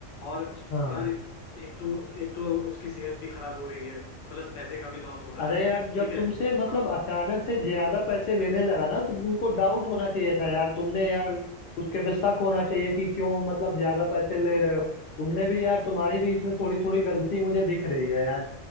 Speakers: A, on the left; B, on the left.
A: और
B: हाँ
A: यार एक तो एक तो उसकी सेहत भी खराब हो रही है प्लस पैसे का भी लॉस हो रहा
B: अरे
A: है
B: यार जब
A: ठीक है
B: तुमसे मतलब
A: हाँ
B: अचानक से ज्यादा पैसे लेने लगा ना तो तुमको डाउट होना चाहिए था यार तुमने यार उसके पे शक होना चाहिए कि क्यों मतलब ज्यादा पैसे ले रहे हो तुमने भी यार तुम्हारी भी इसमें थोड़ी थोड़ी गलती मुझे दिख रही है यार